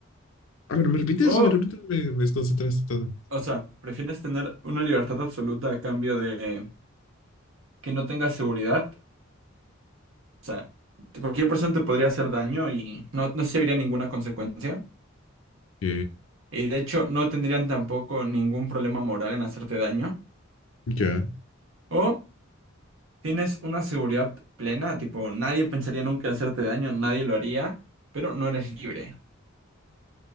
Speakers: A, on the left (about 80°); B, on the right (about 75°).
A: A ver, ¿me repites?
B: O,
A: ¿Me repites? Me, me desconcentraste todo.
B: o sea, ¿prefieres tener una libertad absoluta a cambio de que no tengas seguridad? O sea, te- cualquier persona te podría hacer daño y no, no se vería ninguna consecuencia.
A: Ok,
B: Y de hecho, no tendrían tampoco ningún problema moral en hacerte daño.
A: ya.
B: o Tienes una seguridad plena, tipo, nadie pensaría nunca en hacerte daño, nadie lo haría, pero no eres libre.